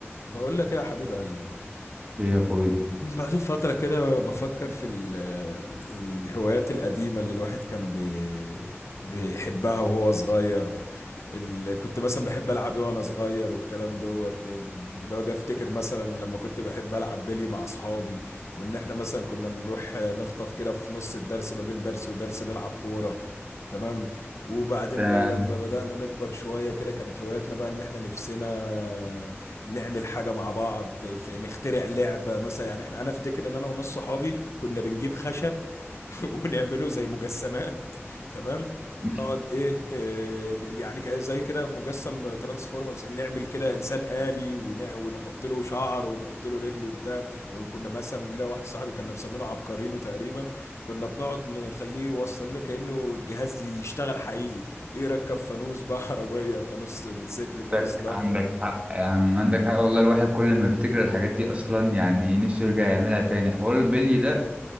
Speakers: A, on the left; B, on the right.
A: بقول لك ايه يا حبيب قلبي
B: ايه يا اخوي
A: بقالي فترة كده بفكر في ال- الهوايات القديمة اللي الواحد كان بي... بيحبها وهو صغير اللي كنت مثلا بحب ألعب إيه وأنا صغير والكلام دوت باجي أفتكر مثلا لما كنت بحب ألعب بلي مع أصحابي وإن إحنا مثلا كنا نروح نخطف كده في نص الدرس ما بين درس ودرس نلعب كورة تمام وبعدين
B: ده
A: بقى لما بدأنا نكبر شوية كده كانت هواياتنا بقى إن إحنا نفسنا نعمل حاجة مع بعض في نخترع لعبة مثلا يعني احنا انا افتكر ان انا وناس صحابي كنا بنجيب خشب <laughs> ونعمله زي مجسمات تمام
B: مش
A: نقعد ايه, إيه يعني كأ- زي كده مجسم ترانسفورمرز نعمل كده انسان آلي ونع- ونحط له شعر ونحط له رجل وبتاع وكنا مثلا لا واحد صاحبي كنا مسمينه عبقرينو تقريبا كنا بنقعد نخليه يوصل لنا كأنه الجهاز يشتغل حقيقي يركب فانوس بقى <laughs> عربية فانوس موتوسيكل فانوس
B: عندك
A: لمبة
B: عندك حق يا عم عندك حق والله الواحد كل ما يفتكر الحاجات دي اصلا يعني نفسه يرجع يعملها تاني حوار البلي ده